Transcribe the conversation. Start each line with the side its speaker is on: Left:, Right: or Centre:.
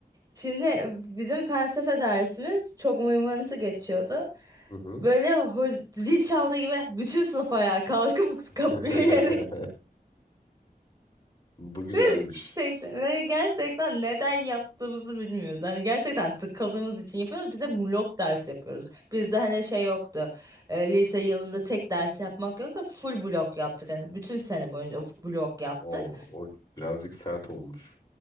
Right: Şimdi bizim felsefe dersimiz çok mıymıntı geçiyordu.
Left: Hı hı.
Right: Böyle ho- zil çaldığı gibi bütün sınıf ayağa kalkıp
Left: <laughs>
Right: kapıya yönelir.
Left: Bu güzelmiş.
Right: <laughs> Gerçekten, ve gerçekten neden yaptığımızı bilmiyoruz. Yani gerçekten sıkıldığımız için yapıyoruz. Bir de blok ders yapıyoruz. Bizde hani şey yoktu. e, lise yılında tek ders yapmak yoktu. Full blok yaptık. yani bütün sene boyunca of- blok yaptık.
Left: O, o birazcık sert olmuş.